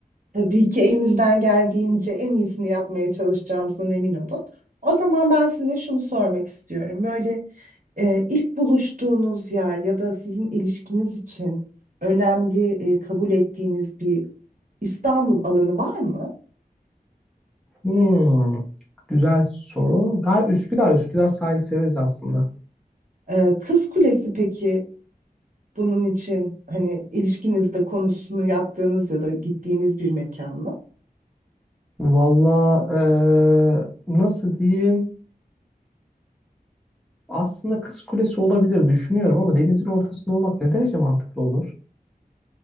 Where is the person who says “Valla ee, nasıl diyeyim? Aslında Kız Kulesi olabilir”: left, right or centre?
Centre